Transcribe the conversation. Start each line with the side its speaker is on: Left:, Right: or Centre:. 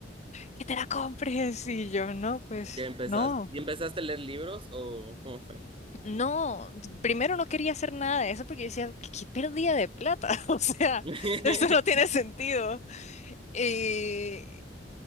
Left: que te la compres. Y yo, no, pues
Right: Ya empezaste.
Left: no,
Right: ¿Y empezaste a leer libros o cómo fue?
Left: no. Primero no quería hacer nada de eso porque yo decía, qué, qué pérdida de plata. <laughs> O sea,
Right: <laughs>
Left: esto no tiene sentido. Y,